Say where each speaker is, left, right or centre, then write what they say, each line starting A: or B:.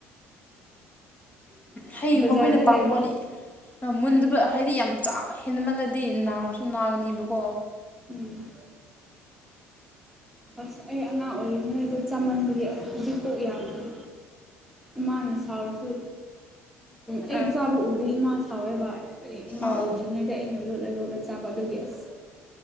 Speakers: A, on the left; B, in the centre.
A: ꯍꯩꯒꯨꯝꯕ
B: ꯕꯖꯥꯔꯗ
A: ꯑꯩꯈꯣꯏꯅ ꯄꯥꯝꯕꯋꯥꯅꯤ
B: ꯂꯩꯕ
A: ꯃꯨꯟꯗꯕ ꯍꯥꯏꯗꯤ ꯌꯥꯝ ꯆꯥꯕꯍꯦꯟꯃꯜꯂꯗꯤ ꯅꯥꯁꯨ ꯅꯥꯒꯅꯦꯕꯀꯣ
B: ꯎꯝ ꯑꯁ ꯑꯩꯑꯉꯥꯡ ꯑꯣꯏꯔꯤꯉꯩꯗ ꯆꯃꯟꯕꯒꯤ ꯍꯧꯖꯤꯛꯐꯧ ꯌꯥꯗ꯭ꯔꯤ ꯏꯃꯥꯅ ꯁꯥꯎꯔꯁꯨ ꯑꯩ
A: ꯑꯥ
B: ꯆꯥꯕ ꯎꯔꯗꯤ ꯏꯃꯥꯅ ꯁꯥꯎꯋꯦꯕ ꯗꯨꯒꯤꯑꯩ ꯏꯃꯥ
A: ꯑꯥ
B: ꯎꯗ꯭ꯔꯤꯉꯩꯗ ꯑꯩꯅ ꯂꯣꯠꯂ ꯂꯣꯠꯂ ꯆꯥꯕ ꯑꯗꯨꯒꯤ ꯑꯁ